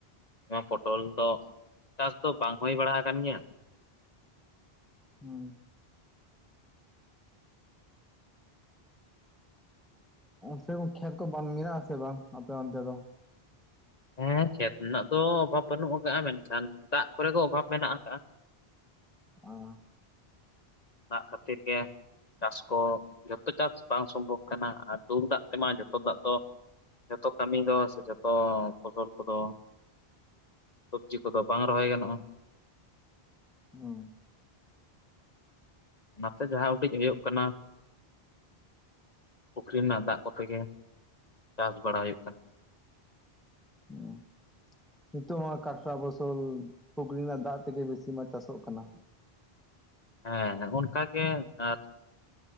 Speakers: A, on the left (about 45°); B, in the centre.
A: ᱯᱚᱴᱚᱞ ᱫᱚ ᱪᱟᱥ ᱫᱚ ᱵᱟᱝ ᱦᱩᱭ ᱵᱟᱲᱟ ᱟᱠᱟᱱ ᱜᱮᱭᱟ᱾
B: ᱦᱩᱸ ᱥᱮᱨᱚᱠᱚᱢ ᱠᱷᱮᱛ ᱠᱚ ᱵᱟᱝ ᱢᱮᱱᱟᱜᱼᱟ ᱟᱥᱮ ᱵᱟᱝ ᱟᱯᱮ ᱚᱱᱛᱮ ᱫᱚ?
A: ᱦᱮᱸ ᱠᱷᱮᱛ ᱨᱮᱱᱟᱜ ᱫᱚ ᱚᱵᱷᱟᱵᱽ ᱵᱟᱹᱱᱩᱜ ᱟᱠᱟᱜ᱾ ᱢᱮᱱᱠᱷᱟᱱ ᱫᱟᱜ ᱠᱚᱨᱮ ᱫᱚ ᱚᱵᱷᱟᱵ ᱢᱮᱱᱟᱜ ᱟᱠᱟᱟᱜ?
B: ᱚ
A: ᱫᱟᱜᱽ ᱠᱷᱟᱹᱛᱤᱨ ᱜᱮ ᱪᱟᱥ ᱠᱚ ᱡᱷᱚᱛᱚ ᱪᱟᱥ ᱵᱟᱝ ᱥᱚᱢᱵᱷᱚᱵ ᱠᱟᱱᱟ ᱟᱨ ᱫᱩᱞ ᱫᱟᱜ ᱛᱮᱢᱟ ᱡᱚᱛᱚ ᱫᱟᱜ ᱫᱚ ᱡᱚᱛᱚ ᱠᱟᱹᱢᱤ ᱫᱚ ᱥᱮ ᱡᱚᱛᱚ ᱯᱷᱚᱥᱚᱞ ᱠᱚᱫᱚ ᱥᱚᱵᱽᱡᱤ ᱠᱚᱫᱚ ᱵᱟᱝ ᱨᱚᱦᱚᱭ ᱜᱟᱱᱚᱜᱼᱟ
B: ᱦᱩ
A: ᱚᱱᱟᱛᱮ ᱡᱟᱦᱟ ᱩᱰᱤᱡᱽ ᱦᱩᱭᱩᱜ ᱠᱟᱱᱟ ᱯᱩᱠᱷᱨᱤ ᱨᱮᱱᱟᱜ ᱫᱟᱜ ᱠᱚᱛᱮ ᱜᱮ ᱪᱟᱥ ᱵᱟᱲᱟ ᱦᱩᱭᱩᱜ ᱠᱟᱱᱟ᱾ <unintelligible>
B: ᱦᱩᱸ ᱱᱤᱛᱚᱜ ᱢᱟ ᱠᱟᱴᱨᱟ ᱯᱷᱚᱥᱚᱞ ᱯᱩᱠᱷᱨᱤ ᱨᱮᱱᱟᱜ ᱫᱟᱜ ᱛᱮᱜᱮ ᱵᱮᱥᱤ ᱢᱟ ᱪᱟᱥᱚᱜ ᱠᱟᱱᱟ᱾
A: ᱦᱮᱸ ᱦᱮᱸ ᱚᱱᱠᱟ ᱜᱮ ᱟᱨ